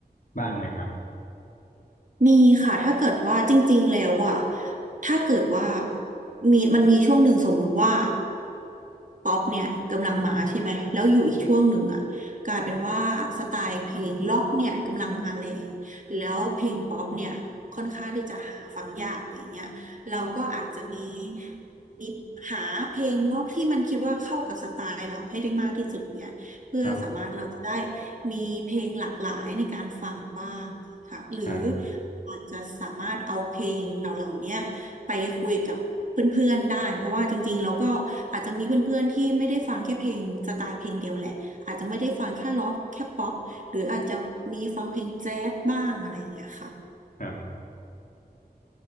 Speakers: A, on the left (about 55°); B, on the right (about 50°).
A: บ้างไหมครับ
B: มีค่ะถ้าเกิดว่าจริงๆแล้วอะถ้าเกิดว่ามีมันมีช่วงหนึ่งสมมุติว่าป๊อปเนี่ยกำลังมาใช่ไหมแล้วอยู่อีกช่วงหนึ่งอะกลายเป็นว่าสไตล์เพลงล็อกเนี่ยกำลังมาแรงแล้วเพลงป๊อปเนี่ยค่อนข้างที่จะหาฟังยากอะไรอย่างเงี้ยเราก็อาจจะมีมีหาเพลงล็อกที่มันคิดว่าเข้ากับสไตล์เราให้ได้มากที่สุดเนี่ย เพื่อสามารถเราจะได้
A: ครับ
B: มีเพลงหลากหลายในการฟังบ้างค่ะหรือ
A: ครับ
B: อาจจะสามารถเอาเพลงเหล่าๆเนี้ยไปคุยกับเพื่อนๆได้เพราะว่าจริงๆเราก็อาจจะมีเพื่อนๆที่ไม่ได้ฟังแค่เพลงสไตล์เพลงเดียวแหละอาจจะไม่ได้ฟังแค่ร็อกแค่ป๊อปหรืออาจจะมีฟังเพลงแจ๊สบ้างอะไรอย่างเงี้ยค่ะ
A: ครับ